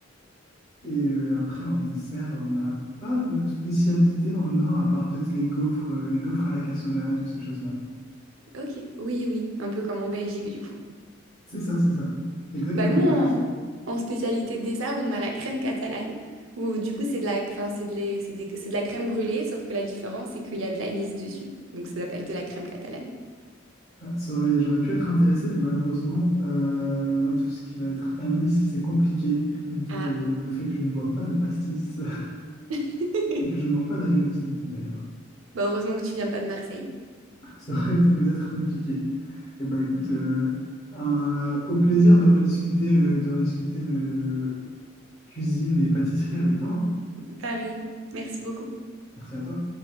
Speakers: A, on the left; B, on the right.
A: Et euh, après, en dessert, on n'a pas de spécialité dans le Nord, à part peut-être les gaufres, euh, les gaufres à la cassonade ou ces choses-là.
B: Ok. Oui, oui. Un peu comme en Belgique, du coup.
A: C'est ça, c'est ça. Exactement,
B: Bah nous,
A: ouais.
B: en, en spécialité dessert, on a la crème catalane, où du coup c'est de la, enfin, c'est de, les- c'est des- c'est de la crème brûlée, sauf que la différence c'est qu'il y a de l'anis dessus. Donc ça s'appelle de la crème catalane.
A: Ah, ça aurait- j'aurais pu être intéressé, mais malheureusement, euh, moi, tout ce qui va être anis, c'est compliqué. D'où
B: Ah,
A: euh, le fait que je ne bois pas de pastis <laughs>
B: <laughs>
A: et que je ne mange pas de réglisse non plus d'ailleurs.
B: Bah heureusement que tu viens pas de Marseille.
A: <laughs> Ça aurait été peut-être compliqué. Eh ben écoute, euh, un- au plaisir de rediscuter, euh, de rediscuter de cuisine et pâtisserie avec toi. hein.
B: Pareil, merci beaucoup.
A: Merci à toi.